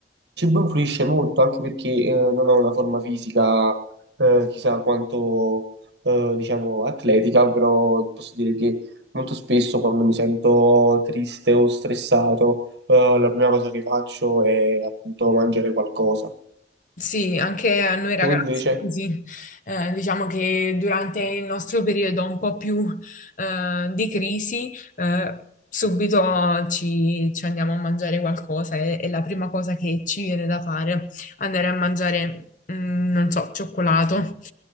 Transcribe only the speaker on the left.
Sì, anche a noi ragazzi
è così. Eh, diciamo che durante il nostro periodo un po' più eh, di crisi, eh, subito ci, ci andiamo a mangiare qualcosa e, e la prima cosa che ci viene da fare andare a mangiare, mm, non so, cioccolato